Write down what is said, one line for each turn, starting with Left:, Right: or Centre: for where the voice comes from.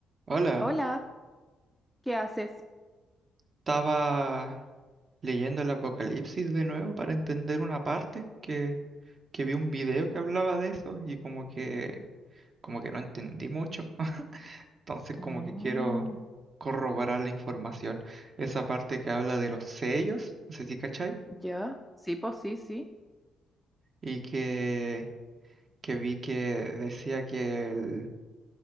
Right: Hola,
Centre: Hola, ¿qué haces?
Right: estaba leyendo el Apocalipsis de nuevo para entender una parte que, que vi un video que hablaba de eso y como que como que no entendí mucho. <laughs> Entonces como
Centre: Ah,
Right: que quiero corroborar la información. Esa parte que habla de los sellos, no sé si cachai,
Centre: Ya, sí, pues sí, sí,
Right: y que, que vi que decía que